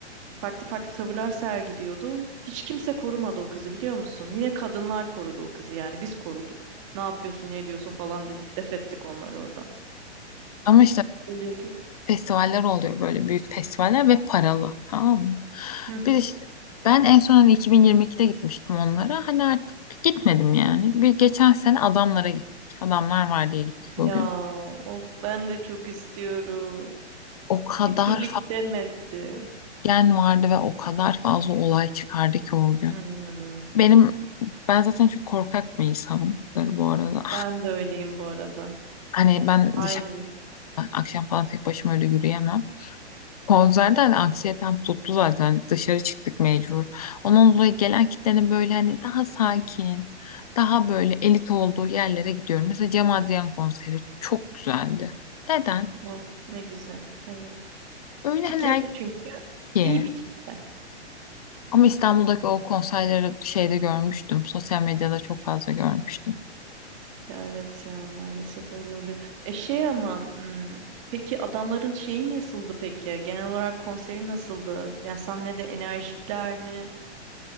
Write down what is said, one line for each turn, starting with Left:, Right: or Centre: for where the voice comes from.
Right: Farklı farklı tavırlar sergiliyordu. Hiç kimse korumadı o kızı biliyor musun? Yine kadınlar korudu o kızı yani biz koruduk. Ne yapıyorsun ne ediyorsun falan dedik def ettik onları oradan.
Left: Ama işte
Right: Öyle ki.
Left: festivaller oluyor böyle büyük festivaller ve paralı. Tamam mı?
Right: Hı hı.
Left: Bir işte, ben en son hani 2022'de gitmiştim onlara. Hani artık gitmedim yani. Bir geçen sene adamlara gittik. Adamlar var diye gittik
Right: Ya
Left: o gün.
Right: of ben de çok istiyorum.
Left: O kadar
Right: Bir türlü gidemedim.
Left: gen vardı ve o kadar fazla olay çıkardı ki o gün.
Right: Hmm.
Left: Benim ben zaten çok korkak bir insanımdır bu arada.
Right: Ben de öyleyim bu arada.
Left: Hani ben
Right: Aynı
Left: dışarı
Right: his
Left: akşam falan tek başıma öyle yürüyemem. Konserde hani anksiyetem tuttu zaten. Dışarı çıktık mecbur. Onun dolayı gelen kitlenin böyle hani daha sakin, daha böyle elit olduğu yerlere gidiyorum. Mesela Cem Adrian konseri çok güzeldi. Neden?
Right: o. Ne güzel. Evet.
Left: Öyle
Right: Kitlesi
Left: hani
Right: çünkü
Left: erkeğe.
Right: iyi bir kitle.
Left: Ama İstanbul'daki o konserleri şeyde görmüştüm. Sosyal medyada çok fazla görmüştüm.
Right: Ya evet ya maalesef öyle oluyor. E şey ama hmm, peki adamların şeyi nasıldı peki? Genel olarak konseri nasıldı? Yani sahnede enerjikler mi?